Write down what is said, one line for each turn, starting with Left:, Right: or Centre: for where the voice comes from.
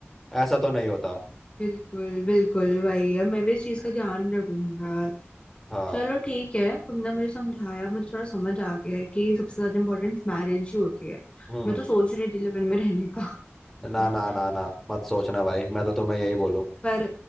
Centre: ऐसा तो नहीं होता
Left: बिल्कुल बिल्कुल वही अब मैं भी इस चीज का ध्यान रखूंगा
Centre: हाँ
Left: चलो ठीक है तुमने मुझे समझाया मुझे थोड़ा समझ आ गया है कि सबसे ज्यादा इम्पोर्टेंस मैरिज ही होती है
Centre: हम्म
Left: मैं तो सोच रही थी लिव इन में रहने का
Centre: ना
Left: <laughs>
Centre: ना ना ना मत सोचना भाई मैं तो तुम्हें यही बोलूँ
Left: पर